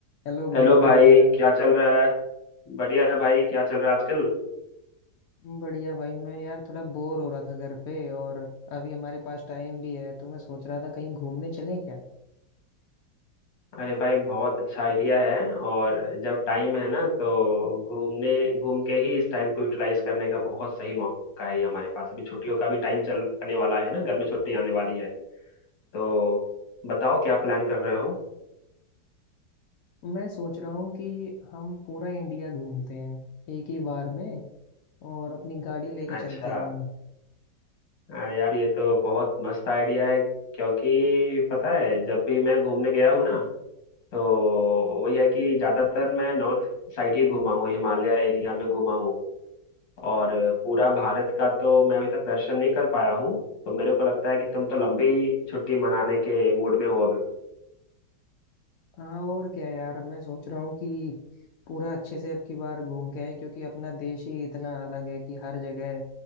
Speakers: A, on the left; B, on the left.
A: Hello भाई
B: Hello भाई
A: क्या हाल चाल
B: क्या चल रहा है बढ़िया है भाई क्या चल रहा है आजकल
A: बढ़िया भाई मैं यार थोड़ा बोर हो रहा था घर पे और अभी हमारे पास टाइम भी है तो मैं सोच रहा था कहीं घूमने चलें क्या
B: अरे भाई बहुत अच्छा आइडिया है और जब टाइम है ना तो घूमने घूम के ही इस टाइम को यूटिलाइज करने का बहुत सही मौका है ये हमारे पास अभी छुट्टियों का भी टाइम चल आने वाला है ना घर में छुट्टी आने वाली है तो बताओ क्या प्लान कर रहे हो
A: मैं सोच रहा हूँ कि हम पूरा इंडिया घूमते हैं एक ही बार में और अपनी गाड़ी लेके
B: अच्छा
A: चलते हैं हम
B: अरे यार ये तो बहुत मस्त आइडिया है क्योंकि पता है जब भी मैं घूमने गया हूँ ना तो वही है कि ज्यादातर मैं नॉर्थ साइड ही घूमा हूँ हिमालय एरिया में घूमा हूँ और पूरा भारत का तो मैं अभी तक दर्शन नहीं कर पाया हूँ तो मेरे को लगता है कि तुम तो लंबी छुट्टी मनाने के मूड में हो अभी
A: हाँ और क्या यार मैं सोच रहा हूँ कि पूरा अच्छे से अब की बार घूम के आए क्योंकि अपना देश ही इतना अलग है कि हर जगह